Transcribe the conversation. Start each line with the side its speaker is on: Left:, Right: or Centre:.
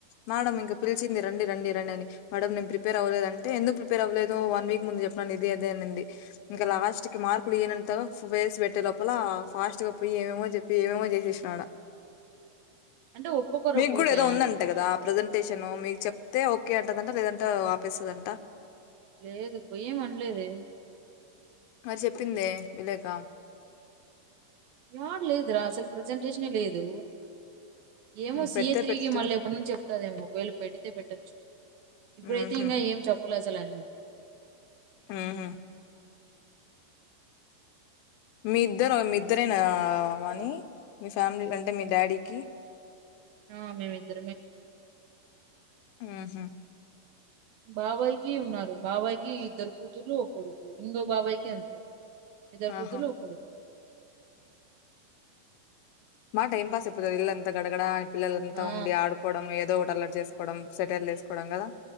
Left: మ్యడం ఇంకా పిలిచింది రండి రండి రండి అని మ్యడమ్ నేన్ ప్రిపేర్ అవలేదు అంటే ఎందుకు ప్రిపేర్ అవ్వలేదు వన్ వీక్ ముందు చెప్పండి ఇది అద్ అంతే అనింది ఇంకా లాస్ట్ కి మార్కులు ఇయనంతగ ఫ్ ఫేస్ పెట్టే లోపల ఫాస్ట్ గా పోయి ఏమేమో చెప్ ఏంవేవో జెశేషినా అడా
Right: అంటే ఒక్కొక్కరు
Left: మీక్
Right: ఒక్కొక్కటే
Left: కూడా ఏదో ఉందంట కదా ప్రజెంటేషను మీక్ చెప్తే ఓకే అంటదంట లేదంటా ఆపేస్తదంట
Right: లేదు పోయెమ్ అన్ లేదే
Left: హర్ సేప్పిందే ఇలేక
Right: రాట్లేదు రా అసలు ప్రజెంటేషనే లేదు ఏమో
Left: హ్మ్.
Right: సీఏ
Left: పెడితే
Right: త్రీకి
Left: పెడితే
Right: మళ్ళీ ఎప్ న్ చెప్తాదేమో ఒకవేల్ పెడితే పెట్టొచ్చు ఇప్పుడైతే
Left: హుహు.
Right: ఇంగ ఏం చెప్పలే అసలే డెమో
Left: ఉహ్ మీద్దర్ మీద్దరేనా ఆ వాని మీ ఫ్యామ్ లీ అంటే మీ డాడీకి
Right: ఆ మేమ్ ఇద్దరమే
Left: ఆ హ
Right: బాబాయి కీ ఉన్నారు బాబాయి కి ఇద్దరు కూతుర్లు ఒక్ కొడుకు ఇంగో బాబాయి కీ అంతే ఇద్దర్
Left: ఆహా
Right: కూతుర్లు ఒక్ కొడుకు
Left: మా టైం పాస్ యిపుద్ ఇల్లాంతా గడగడా ఆ పిల్లలంతా
Right: ఆ
Left: ఉండి ఆడుకోవడం ఏదో ఒకటి అల్లర్ చేసుకోడం సెటైర్లు ఏసుకోడం కదా